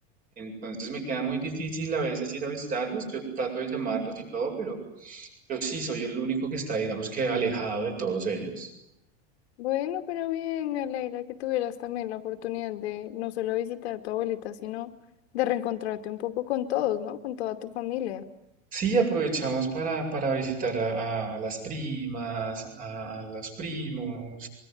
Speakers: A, on the right; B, on the left.
A: Entonces me queda muy difícil a veces ir a visitarlos. Yo trato de llamarlos y todo, pero, pero sí, soy el único que está, digamos que alejado de todos ellos.
B: Bueno, pero bien, me alegra que tuvieras también la oportunidad de no solo visitar a tu abuelita, sino de reencontrarte un poco con todos, ¿no? Con toda tu familia.
A: Sí, aprovechamos para, para visitar a, a a las primas, a, a los primos,